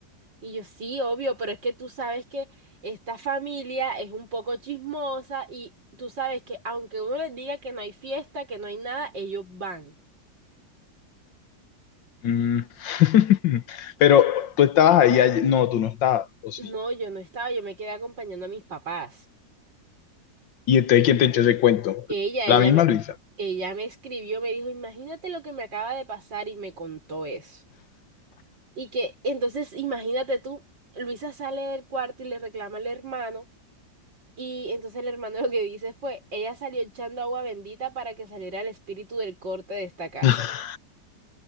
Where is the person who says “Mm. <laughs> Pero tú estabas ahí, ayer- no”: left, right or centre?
Left